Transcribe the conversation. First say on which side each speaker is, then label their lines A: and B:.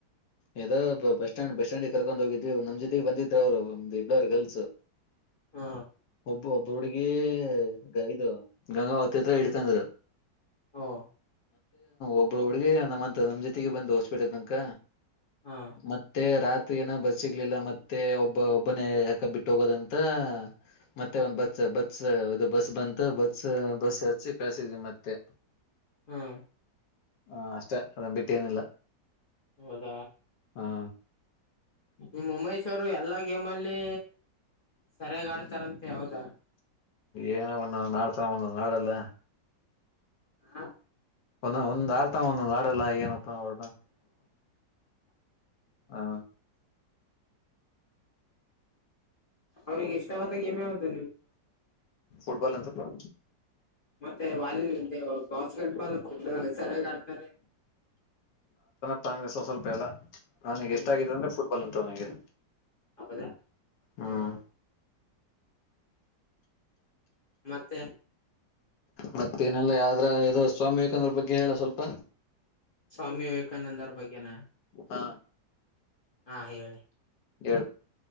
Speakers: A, on the left; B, on the left.
A: ಯದೋ ಬಸ್ ಸ್ಟ್ಯಾಂಡ್ ಬಸ್ ಸ್ಟ್ಯಾಂಡ್ಗೆ ಕರ್ಕೊಂಡ್ ಹೋಗಿದ್ವಿ ನಮ್ ಜೊತೆಗೆ ಬಂದಿದ್ರು ಅವ್ರುಮ್ದ ಇಬ್ಬರ್ ಗರ್ಲ್ಸ್
B: ಹ
A: ಒಬ್ಬ ಒಬ್ಬರು ಹುಡ್ಗಿ ಇದು ಗಂಗಾಾವ ತತ್ರ ಇಡ್ಕಂದ್ರ
B: ಓ
A: ಒಬ್್ರ ಒಿಗೆ ನಮ್ಮಂತ ನಮ್ ಜೊತೆಗೆ ಬಂದು ಹೋಸ್ಬಿಟ್ಟ ತನಕ
B: ಹ
A: ಮತ್ತೆ ರಾತ್ರಿ ಮ ಏನೋ ಬಸ್ ಸಿಗ್ಲಿಲ್ಲ ಮತ್ತೆ ಒಬ್ಬ ಒಬ್ಬನೇ ಯಾಕ ಬಿಟ್ಟ ಹೋಗೋದಂತ ಮತ್ತೆ ಒಂದ್ ಬಸ್ ಬಸ್ ಇದು ಬಸ್ ಬಂತು ಬಸ್ ಬಸ್ ಹಚ್ಚಿ ಕಸಿದ್ವಿ ಮತ್ತೆ
B: ಹ್ಮ್
A: ಹಾ ಅಷ್ಟೇ ಅದ್ ಬಿಟ್ಟೇನಿಲ್ಲ
B: ಹೌದ
A: ಹಾ
B: ನಿಮ್ಮ ಮುಂಬೈಸವರು ಎಲ್ಲಾ ಗೇಮ್ ಅಲ್ಲಿ ಸರಿಯಾಗ ಆಡ್ತಾರಂತೆ ಯಾವದಾ
A: ಏನ ಒಂದು ನಾಡ್ತರ ಒಂದ ನಾಡೆಲ್ಲ
B: ಹಾ
A: ಒಂದ ಒಂದ್ ಆಡ್ತಾನ ಒಂದೊಂದ್ ಆಡಲ್ಲ ಏನಪ್ಪಾ ಹೊರಟ ಹಾ
B: ಅವಳ ಎಷ್ಟಾವ ಗಮ ಯಾವತ
A: ುಟ್ಬಾಲ್ ಅಂತ ಪ
B: ಮತ್ತೆ ವಾಲ ಬಾಸ್ ಗಟ್ ಅ ಕೂಡ ಸರಿಯಗ ಆಡ್ತಾರೆ
A: ತಂಗಸ ಸ್ವಲ್ಪ ಎಲ್ಲ ಹನಿಗೆ
B: ಹ್ಮ್
A: ಎಷ್ಟ ಆಗಿದ್ದ ಅಂದ್ರೆ ಫುಟ್ಬಾಲ್ ಅಂತವನಿಗೆ
B: ಹೌದಾ
A: ಹ್ಮ್
B: ಹಾ ಮತ್ತ
A: ಮತ್ತೇನೆಲ್ಲ ಯಾವ್ದ್ರ ಯ ಸ್ವಾಮಿ ವಿವೇಕಂದ್ರ ಬಗ್ಗೆ ಹೇಳ ಸ್ವಲ್ಪ
B: ಸ್ವಾಮಿ ವಿವೇಕಾನಂದ ಅವರ ಬಗ್ಗೆನಾ
A: ಹಾ
B: ಹಾ ಹೇಳಿ
A: ಕ